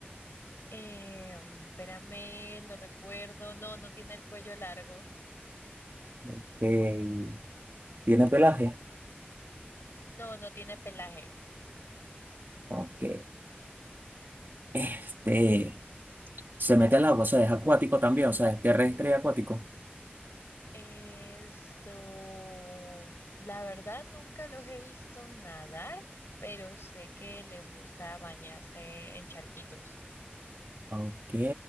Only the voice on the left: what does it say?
Eh, mm, espérame, lo recuerdo. No, no tiene el cuello largo.
No, no tiene pelaje.
Esto, la verdad, nunca los he visto nadar, pero sé que les gusta bañarse en charquitos.